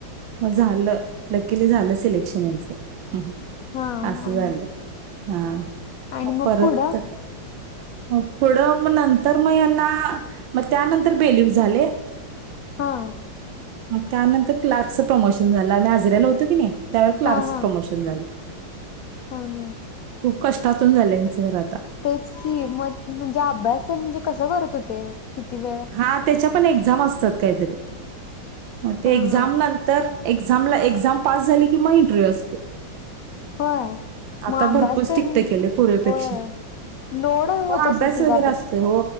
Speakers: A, on the right; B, on the left.
A: मग झालं लकील झालं सिलेक्शन याचं
B: हा
A: असं
B: आणि
A: झालं हा
B: आणि
A: म
B: मग
A: परत
B: पुढं
A: हो पुढं मग नंतर मग यांना मग त्यानंतर बेलीग झाले.
B: हा.
A: त्यानंतर क्लार्क्सच प्रमोशन झालं डाजऱ्याला होतो की नाही त्यावर क्लार्क्स
B: हा हा
A: प्रमोशन
B: हा हा
A: खूप कष्टातून झालं यांचं घर आता.
B: तेच की मग म्हणजे अभ्यास म्हणजे कसं करत होते किती वेळ
A: हा त्याच्या पण एक्झाम असतात काहीतरी मग ते
B: हा
A: एक्झाम
B: हा
A: नंतर तर एक्झामला एक्झाम पास झाली कि म इंटरव्ह्यू असतो.
B: होय
A: आता
B: मग अभ्यास
A: भरपूर
B: तेन
A: स्ट्रिक केल आहे पुर्वीपेक्षा
B: होय लोड होत
A: हो अभ्यास
B: असेल की
A: वगैरे
B: ग
A: असतोय हो